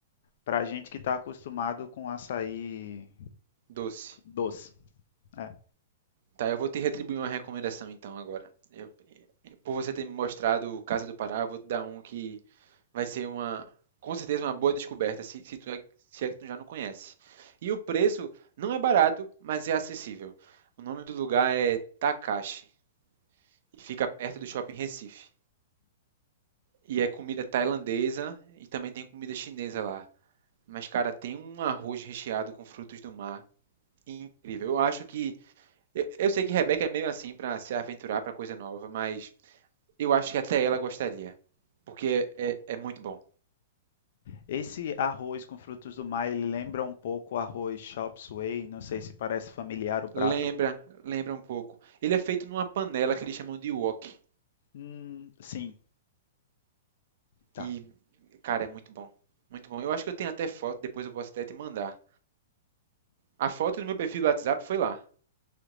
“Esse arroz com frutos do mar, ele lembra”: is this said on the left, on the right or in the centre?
Left